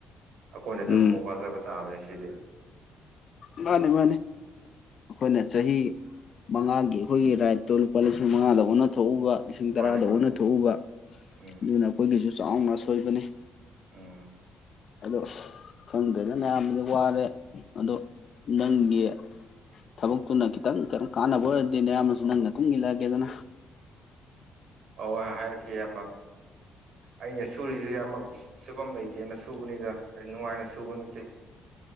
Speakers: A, on the right; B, on the left.
A: ꯑꯩꯈꯣꯏꯅ ꯑꯗꯨꯝ
B: ꯎꯝ
A: ꯋꯥꯖꯕ ꯇꯥꯕꯅꯦ ꯁꯤꯗꯤ
B: ꯃꯥꯅꯤ ꯃꯥꯅꯤ ꯑꯩꯈꯣꯏꯅ ꯆꯍꯤ ꯃꯉꯥꯒꯤ ꯑꯩꯈꯣꯏꯒꯤ ꯔꯥꯏꯠꯇꯣ ꯂꯨꯄꯥ ꯂꯤꯁꯤꯡ ꯃꯉꯥꯗ ꯑꯣꯟꯅ ꯊꯣꯛꯎꯕ ꯂꯤꯁꯤꯡ
A: ꯃꯥꯅꯦ
B: ꯇꯔꯥꯗ
A: ꯃꯥꯅꯦ
B: ꯑꯣꯟꯅ ꯊꯣꯛꯎꯕ
A: ꯎꯝ
B: ꯑꯗꯨꯅ ꯑꯩꯈꯣꯏꯒꯤꯁꯨ ꯆꯥꯎꯅ ꯑꯁꯣꯏꯕꯅꯤ
A: ꯎꯝ
B: ꯑꯗꯣ ꯈꯪꯗ꯭ꯔꯦꯗ ꯅꯌꯥꯝꯕꯗꯤ ꯋꯥꯔꯦ ꯑꯗꯣ ꯅꯪꯒꯤ ꯊꯕꯛꯇꯨꯅ ꯈꯤꯇꯪ ꯀꯩ ꯅꯣꯝ ꯀꯥꯟꯅꯕ ꯑꯣꯏꯔꯗꯤ ꯅꯌꯥꯝꯕꯁꯨ ꯅꯪ ꯅꯇꯨꯡ ꯏꯜꯂꯛꯑꯒꯦꯗꯅ
A: ꯑꯥꯎ ꯍꯣꯏ ꯍꯥꯏꯔꯛꯀꯦ ꯏꯌꯥꯝꯕ ꯑꯩꯅ ꯁꯨꯔꯤꯁꯦ ꯏꯌꯥꯝꯕ ꯁꯨꯐꯝ ꯂꯩꯇꯦꯅ ꯁꯨꯕꯅꯤꯗ ꯅꯨꯡꯉꯥꯏꯅ ꯁꯨꯕ ꯅꯠꯇꯦ